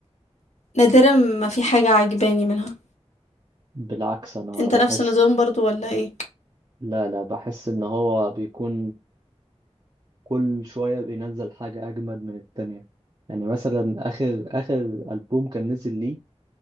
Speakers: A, on the left (about 90°); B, on the right (about 40°).
A: نادرا ما في حاجة عجباني منها
B: بالعكس انا
A: انت
B: بحس
A: نفس النظام برضو ولا ايه
B: لا لا بحس ان هو بيكون كل شوية بينزل حاجة اجمد من التانية يعني مثلا اخر اخر ألبوم كان نزل ليه